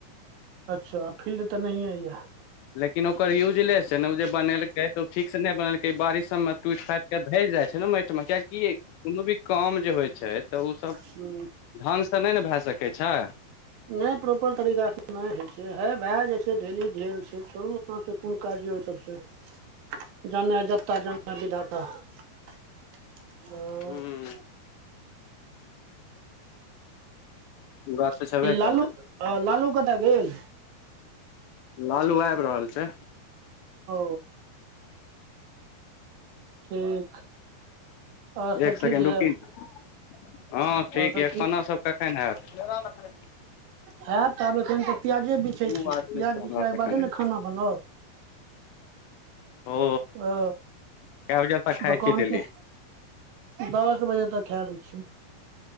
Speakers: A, on the right; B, on the left.
A: अच्छा फील्ड तऽ नहिये यऽ।
B: लेकिन ओकर यूजलेस हय ने ओ जे बनेलकै तऽ ओ ठीक से नहि बनेलकै बारिश सबमे तुत फाइत के धयस जाय छैय ने माटि मे किया कि कोनो भी काम जे होय छैय तऽ ओ सब
A: हूँ
B: ढङ्ंगसँ नहि न भए सकै छै
A: नहि प्रॉपर तरीका से नहि हय छै हे भए जाय छै डेली झेल छै छोड़ू अपना सबक कोन काज य ओहि सबसँ जानै जत्ता जानै विधाता ओ
B: हूँ ई बात तऽ छेबे
A: लालू
B: करै
A: लालू कता गेल
B: लालू आबि रहल छै
A: ओ ठीक आओर सब
B: एक
A: ठीक
B: सेकेंड
A: यऽ
B: रुकी ने हँ ठीक
A: आओर सब
B: य खानासभ कखन हेत
A: हेत ताब अखन तऽ प्याजे बिछै
B: ओ
A: छी
B: बात
A: प्याज
B: नहि छै हमरा
A: बिछलाके
B: से
A: बादे
B: कने
A: न खाना बनत
B: ओ
A: ओ
B: कए बजे तक खाइ
A: दुकानके
B: छियै डेली
A: दस बजे तक खेए लै छी